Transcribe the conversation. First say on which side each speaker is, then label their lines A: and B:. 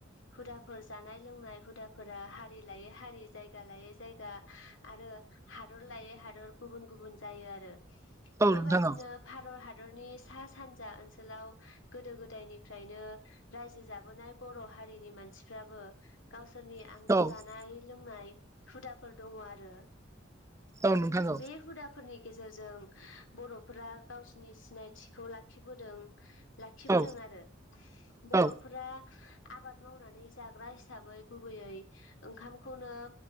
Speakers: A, on the left; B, on the right.
A: हुदाफोर जानाय लोंनाय हुदाफोरा हारि लायै हारि जायगा लायै जायगा आरो हादर लायै हादर गुबुन गुबुन जायो आरो।
B: औ
A: बेबायदिनो
B: नोंथां
A: भारत हादरनि सा सानजा ओनसोलाव गोदो गोदायनिफ्रायनो रायजो जाबोनाय बर' हारिनि मानसिफ्राबो गावसोरनि
B: औ
A: आंगो
B: औ
A: जानाय लोंनाय हुदाफोर दङ आरो।
B: औ नोंथां औ
A: बे हुदाफोरनि गेजेरजों बर'फोरा गावसिनि सिनायथिखौ लाख खिबोदों लाखिबोदों
B: औ
A: आरो। बर'फोरा
B: औ
A: आबाद मावनानै जाग्रा हिसाबै गुबैयै ओंखाम खौनो